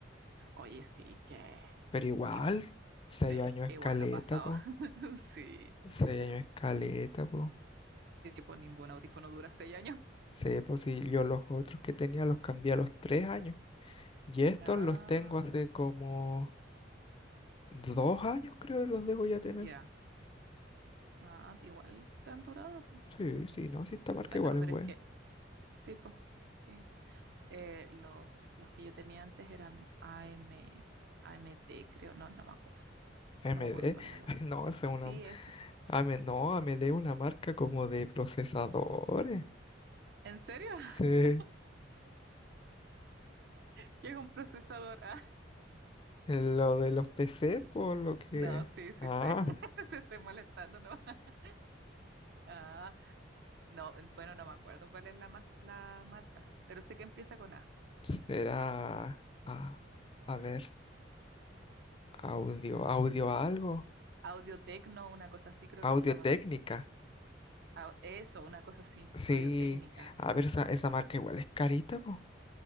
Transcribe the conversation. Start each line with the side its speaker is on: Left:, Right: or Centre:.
Right: Oye, sí, que
Left: Pero igual,
Right: igual.
Left: 6
Right: Sí,
Left: años es
Right: igual
Left: caleta,
Right: ha pasado.
Left: po.
Right: <laughs> Sí.
Left: seis años es
Right: Sí,
Left: caleta, po.
Right: pues ningún audífono dura seis años.
Left: Sí, pues sí, yo los otros que tenía los cambié a los 3 años. Y estos
Right: Ah,
Left: los tengo hace como 2 años, creo que los debo ya tener.
Right: ya. Ah, igual han durado, pues.
Left: Sí, sí, no, si esta marca
Right: Bueno,
Left: igual es
Right: pero
Left: buena.
Right: es que, sí, pues, sí. Eh, los, los que yo tenía antes eran AM, AMD, creo, no, no me acuerdo.
Left: m
Right: No me acuerdo
Left: d,
Right: cuál era la
Left: <laughs>
Right: más.
Left: no, esa es
Right: Sí,
Left: una
Right: eso.
Left: ame no, AMD es una marca como de procesadores.
Right: ¿En serio?
Left: Sí,
Right: <laughs> ¿Qué es un procesador? Ah,
Left: lo de los PC, por lo que...
Right: no, sí, sí
Left: Ah,
Right: sé. <laughs> Te estoy molestando, ¿no? <laughs> Ah, no, bueno, no me acuerdo cuál es la, mas- la marca, pero sé que empieza con A.
Left: será... ah, a ver, audio, audio algo,
Right: Audiotecno, una cosa así creo
Left: audio
Right: que se llaman.
Left: técnica.
Right: Au- eso, una cosa así,
Left: Sí,
Right: Audiotécnica.
Left: a ver, esa, esa marca igual es carita, po.